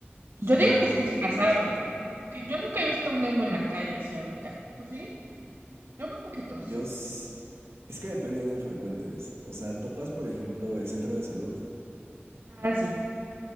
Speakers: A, on the right; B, on the right.
A: pues
B: Yo
A: no,
B: digo que se
A: no
B: disfrazaron,
A: topamos tanto.
B: ¿no? porque yo nunca he visto un emo en la calle así ahorita. ¿Tú sí? Yo muy poquitos.
A: Yo, s- es que depende de dónde frecuentes. O sea, topas, por ejemplo, el centro de salud.
B: Ah, sí.